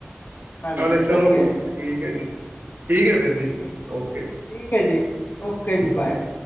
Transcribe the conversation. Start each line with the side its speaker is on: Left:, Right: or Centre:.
Left: ਹਾਂਜੀ
Right: ਨਾਲੇ ਚਲੋ
Left: ਵਧੀਆ ਜੀ
Right: ਠੀਕ ਹੈ ਜੀ ਠੀਕ ਹੈ ਫਿਰ ਜੀ
Left: ਠੀਕ
Right: ਓਕੇ ਜੀ।
Left: ਠੀਕ ਹੈ ਜੀ ਓਕੇ ਜੀ ਬਾਏ-ਬਾਏ।